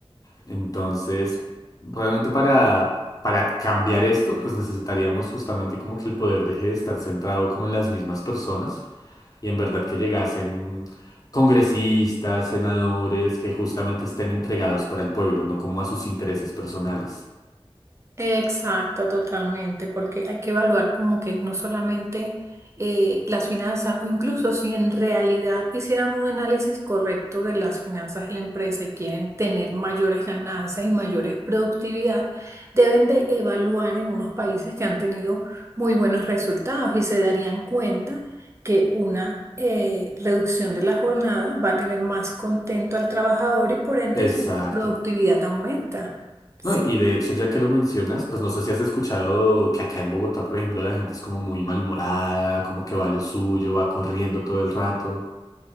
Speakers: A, on the left (about 35°); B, on the right (about 30°).
A: Entonces, realmente para, para cambiar esto, pues necesitaríamos justamente como que el poder deje de estar centrado como en las mismas personas y en verdad que llegasen congresistas, senadores que justamente estén entregados para el pueblo, no como a sus intereses personales.
B: Exacto, totalmente, porque hay que evaluar como que no solamente eh, las finanzas, o incluso si en realidad hicieran un análisis correcto de las finanzas de la empresa y quieren tener mayores ganancias y mayores productividad, deben de evaluar en unos países que han tenido muy buenos resultados y se darían cuenta que una eh, reducción de la jornada va a tener más contento al trabajador y por ende
A: Exacto.
B: su productividad aumenta. Sí.
A: No, y de hecho, ya que lo mencionas, pues no sé si has escuchado que acá en Bogotá, por ejemplo, la gente es como muy malhumorada, como que va a lo suyo, va corriendo todo el rato.